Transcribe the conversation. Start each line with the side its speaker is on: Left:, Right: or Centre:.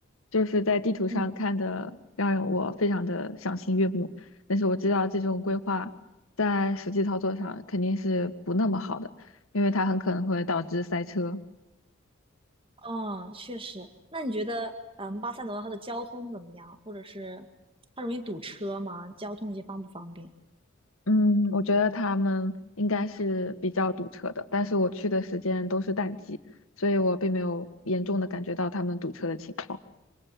Left: 就是在地图上看的，
Right: 嗯，
Left: 让我非常的赏心悦目。但是我知道这种规划在实际操作上肯定是不那么好的，因为它很可能会导致塞车。
Right: 哦，确实。那你觉得，嗯，巴塞罗那它的交通怎么样？或者是它容易堵车吗？交通这些方不方便？
Left: 嗯，我觉得他们应该是比较堵车的，但是我去的时间都是淡季，所以我并没有严重的感觉到他们堵车的情况。